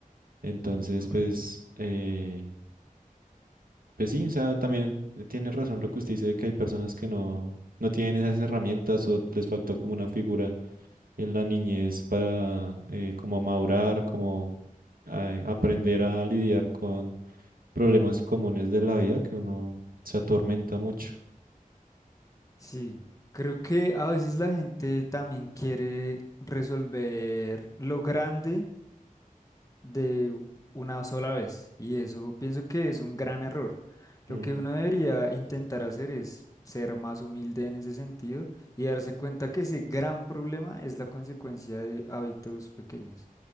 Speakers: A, on the right; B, on the left.
A: Entonces,
B: ¿Vale?
A: pues, eh, pues sí, o sea, también tiene razón lo que usted dice de que hay personas que no, no tienen esas herramientas o les faltó como una figura en la niñez para eh, como madurar, como eh, aprender a lidiar con problemas comunes de la vida que uno se atormenta mucho.
B: Sí, creo que a veces la gente también quiere resolver lo grande de una sola vez y eso pienso que es un gran error. Lo
A: Mm,
B: que uno debería intentar hacer es ser más humilde en ese sentido y darse cuenta que ese gran problema es la consecuencia de hábitos pequeños.